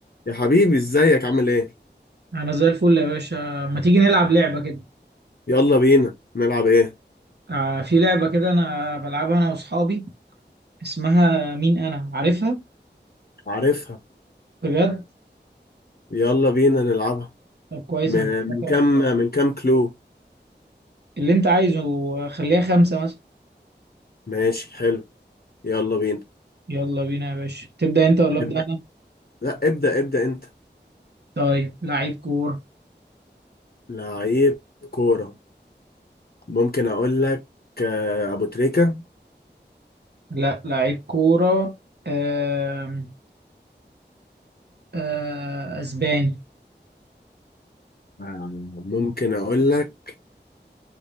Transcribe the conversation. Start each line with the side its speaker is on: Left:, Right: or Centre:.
Left: يا حبيبي ازيك عامل ايه
Right: انا زي الفل يا باشا ما تيجي نلعب لعبة كده
Left: يلا بينا نلعب ايه
Right: آه في لعبة كده انا بلعبها انا واصحابي اسمها مين انا عارفها
Left: عارفها
Right: بجد
Left: يلا بينا نلعبها
Right: طب كويس
Left: م-
Right: انا كنت فاكرك
Left: من كام من كام كلو
Right: اللي انت عايزه خليها خمسة مثلا
Left: ماشي حلو يلا بينا
Right: يلا بينا يا باشا تبدأ انت ولا ابدأ
Left: ابدأ
Right: انا
Left: لا ابدأ ابدأ انت
Right: طيب لعيب كورة
Left: لعيب كورة ممكن اقول لك آه، ابو تريكة
Right: لا لعيب كورة آم، آه، اسباني
Left: آه، ممكن اقول لك